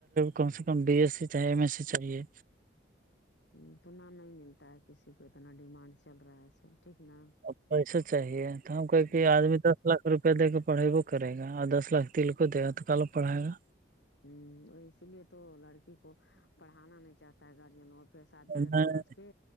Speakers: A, on the right; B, on the left.
A: کم سے کم بی ایس سی چاہے ایم ایس سی چاہیے
B: اتنا نہیں ملتا ہے کسی کو اتنا ڈیمانڈ چل رہا ہے سو ٹھیک نا
A: اب پیسے چاہیے تو ہم کہ
B: ہوں
A: کہ آدمی دس لاکھ روپیہ دے کے پڑے کرے گا اور دس لاکھ تل کو دے گا تو کالو پڑھائے گا
B: ہوں اسی لیے تو لڑکی کو پڑھانا نہیں چاہتا ہے گارجین اور پھر شادی
A: نہیں
B: کر کے لچ کے